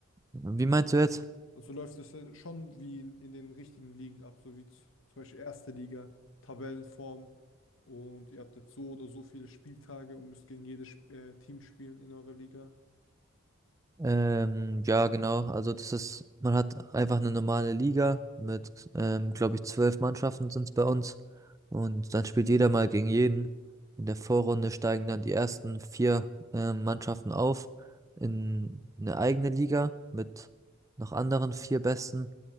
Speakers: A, on the right; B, on the left.
A: Wie meinst du jetzt?
B: Also so läuft es denn schon wie in, in den richtigen Ligen ab, so wie z- zum Beispiel erste Liga, Tabellenform und ihr habt jetzt so oder so viele Spieltage und müsst gegen jedes Sp- äh, Team spielen in eurer Liga.
A: Ähm, ja, genau. Also das ist, man hat einfach eine normale Liga mit, ähm, glaube ich, zwölf Mannschaften sind es bei uns. Und dann spielt jeder mal gegen jeden. In der Vorrunde steigen dann die ersten vier, ähm, Mannschaften auf in eine eigene Liga mit noch anderen vier Besten.